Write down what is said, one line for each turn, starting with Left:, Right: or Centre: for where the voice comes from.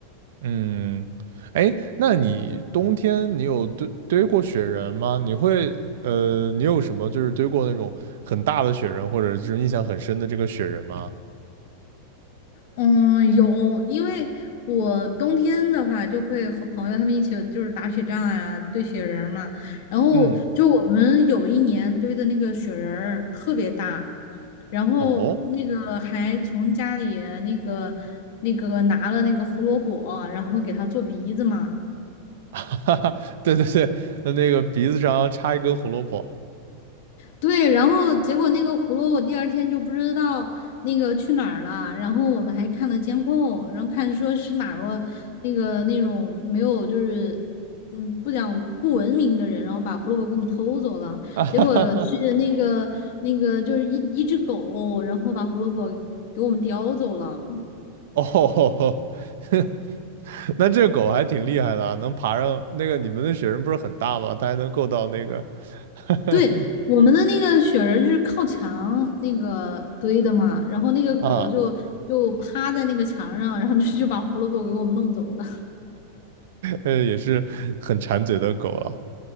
Right: 嗯，哎，那你冬天你有堆堆过雪人吗？你会呃，你有什么就是堆过那种很大的雪人，或者是印象很深的这个雪人吗？
Left: 嗯，有，因为我冬天的话就会和朋友他们一起就是打雪仗呀、堆雪人儿嘛。然后就我们有一年堆的那个雪人儿特别大，
Right: 嗯，
Left: 然后那个还从家里那个那个拿了那个胡萝卜，
Right: 哦，
Left: 然后给它做鼻子嘛。
Right: <laughs> 哈哈，对对对，那个鼻子上要插一根胡萝卜，
Left: 对，然后结果那个胡萝卜第二天就不知道那个去哪儿了，然后我们还看了监控，然后看说是哪个那个那种没有就是嗯不讲不文明的人，然后把胡萝卜给我们偷走了，
Right: <laughs> 啊哈哈哈。
Left: 结果是那个那个就是一一只狗，然后把胡萝卜给我们叼走了。
Right: 哦，<laughs> 那这狗还挺厉害的啊，能爬上那个你们的雪人不是很大吗？它还能够到那个 <laughs>
Left: 对，我们的那个雪人就是靠墙那个堆的嘛，然后那个狗就就趴在那个墙上，
Right: 啊，
Left: 然后就就把胡萝卜给我们弄走了。
Right: 呃，也是很馋嘴的狗了。